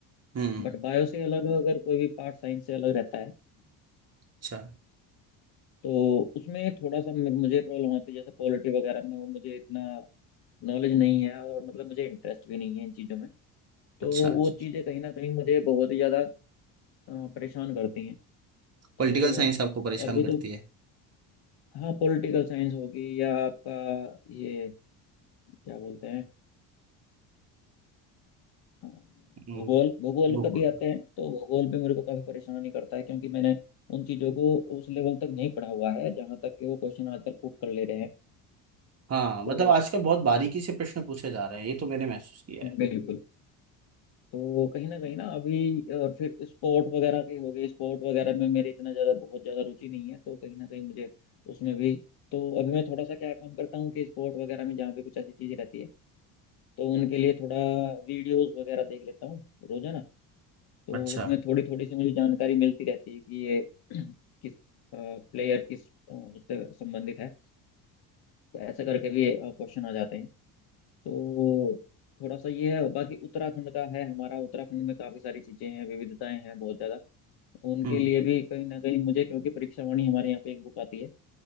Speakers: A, on the right (about 35°); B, on the left (about 60°).
A: हम्म
B: बट बायो से अलग अगर कोई भी पार्ट साइंस से अलग रहता है
A: अच्छा
B: तो उसमें थोड़ा सा मे- मुझे प्रॉब्लम होती है जैसे पॉलिटी वगैरह में वो मुझे इतना नॉलेज नहीं है और मतलब मुझे इंटरेस्ट भी नहीं है इन चीज़ों में तो
A: अच्छा अच्छा
B: वो चीज़ें कहीं ना कहीं मुझे बहुत ही ज़्यादा अ, परेशान करती हैं
A: पॉलिटिकल
B: तो
A: साइंस आपको परेशान
B: अभी
A: करती
B: तो
A: है
B: हाँ पॉलिटिकल साइंस होगी या आपका ये क्या बोलते हैं अ,
A: हम्म,
B: भूगोल भूगोल
A: बिल्कुल
B: कभी आते हैं तो भूगोल भी मेरे को काफ़ी परेशान ही करता है क्योंकि मैंने उन चीज़ों को उस लेवल तक नहीं पढ़ा हुआ है जहाँ तक कि वो क्वेश्चन आजकल पुट कर ले रहे हैं
A: हाँ मतलब
B: तो
A: आजकल बहुत बारीकी से प्रश्न पूछे जा रहे हैं ये तो मैंने महसूस किया है
B: बिल्कुल तो कहीं ना कहीं ना अभी अ, फिर स्पोर्ट वगैरह के हो गए स्पोर्ट वगैरह में मेरे इतना ज़्यादा बहुत ज़्यादा रुचि नहीं है तो कहीं ना कहीं मुझे उसमें भी तो अभी मैं थोड़ा सा क्या काम करता हूँ कि स्पोर्ट वगैरह में जहाँ पे कुछ ऐसी चीज़ें रहती है तो उनके लिए थोड़ा वीडियोस वगैरह देख लेता हूँ रोजाना तो
A: अच्छा
B: उसमें थोड़ी थोड़ी सी मुझे जानकारी मिलती रहती है कि ये <clears throat> किस प्लेयर किस अ, उससे संबंधित है तो ऐसा करके भी क्वेश्चन आ जाते हैं तो थोड़ा सा ये है बाकी उत्तराखंड का है हमारा उत्तराखंड में काफी सारी चीजें हैं विविधताएं हैं बहुत ज्यादा उनके
A: हम्म
B: लिए भी कहीं ना कहीं मुझे क्योंकि परीक्षा वाणी हमारे यहाँ पे एक बुक आती है